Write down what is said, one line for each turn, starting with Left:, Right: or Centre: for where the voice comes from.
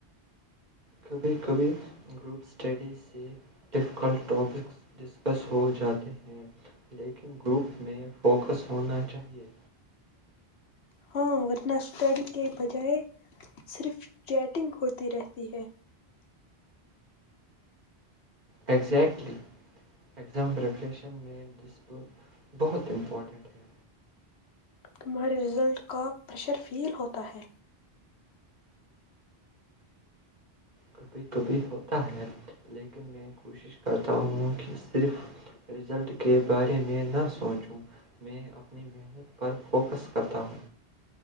Right: کبھی کبھی گروپ اسٹڈی سے ڈفیکلٹ ٹاپکس ڈسکس ہو جاتے ہیں لیکن گروپ میں فوکس ہونا چاہیے
Left: ہاں ورنہ اسٹڈی کے بجائے صرف چیٹنگ ہوتی رہتی ہے
Right: ایگزیکٹلی ایگزام پریپریشن میں ڈسپلن بہت امپورٹنٹ ہے
Left: تمہارے رزلٹ کا پریشر فیل ہوتا ہے
Right: کبھی کبھی ہوتا ہے لیکن میں کوشش کرتا ہوں کہ صرف رزلٹ کے بارے میں نہ سوچوں میں اپنی محنت پر فوکس کرتا ہوں